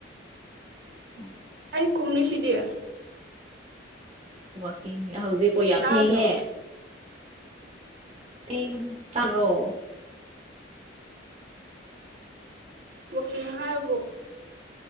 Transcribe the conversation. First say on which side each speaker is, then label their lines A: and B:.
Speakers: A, on the right; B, on the right.
A: ꯎꯝ
B: ꯑꯩ ꯈꯨꯝꯃꯤꯁꯤꯗꯤ
A: ꯑꯁ ꯋꯥꯀꯤꯡ ꯍꯧꯖꯤꯛ ꯀꯣ ꯌꯥꯝ
B: ꯇꯥꯗ꯭ꯔꯣ
A: ꯊꯦꯡꯉꯦ ꯊꯦꯡ ꯇꯥꯗꯔꯣ
B: ꯃꯨꯛꯇꯤꯅ ꯍꯥꯏꯕꯕꯨ